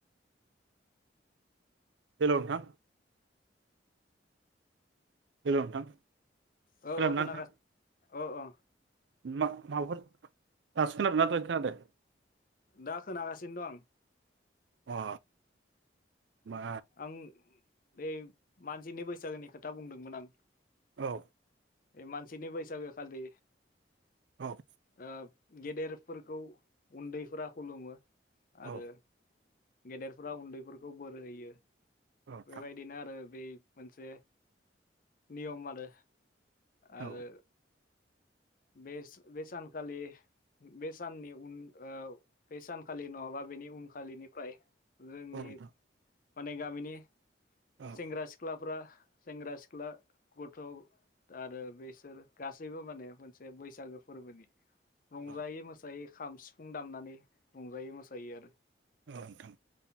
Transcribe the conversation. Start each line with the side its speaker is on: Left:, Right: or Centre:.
Right: हेलौ नोंथां। हेल' नोंथां
Left: औ
Right: खोनादोंना
Left: औ खोनागा
Right: नोंथां
Left: औ ओ।
Right: मा माबाफोर। दासो खोनादोंना दहाय खोनादों।
Left: दा खोनागासिनो दं।
Right: अ। बा।
Left: आं बे मानसिनि बैसागोनि खोथा बुंदोंमोन आं।
Right: औ।
Left: ओइ मानसिनि बैसागोखालि।
Right: औ
Left: ओ। गेदेरफोरखौ उन्दैफोरा खुलुमो।
Right: औ
Left: आरो। गेदेरफोरा उन्दैफोरखौ बोर होयो।
Right: औ नोंथां
Left: बेबायदिनो आरो बे। मोनसे नियम आरो।
Right: औ
Left: आरो। बे बे सानखालि बे साननि उन ओ बे सानखालि नङाबा बेनि उनखालिनिफ्राय। जोंनि।
Right: औ नोंथां
Left: माने गामिनि।
Right: औ
Left: सेंग्रा सिख्लाफ्रा। सेंग्रा सिख्ला गथ आरो बेसोर गासैबो माने मोन बे बैसागो फोरबोनि रंजायो
Right: औ
Left: मोसायो। खाम सिफुं दामनानै रंजायो मोसायो आरो।
Right: औ नोंथां